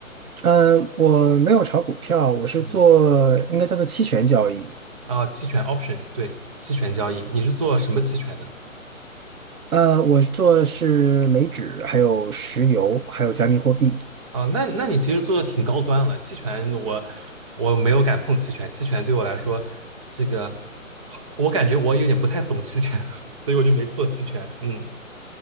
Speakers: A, on the right; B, on the right.
A: 嗯，我没有炒股票，我是做应该叫做期权交易。
B: 嗯，啊，期权 option，对，期权交易，你是做什么期权的？
A: 呃，我做的是美指，还有石油，还有加密货币。
B: 啊，那那你其实做的挺高端了。期权我我没有敢碰期权，期权对我来说，这个好，我感觉我有点不太懂期权，<laughs> 所以我就没做期权。嗯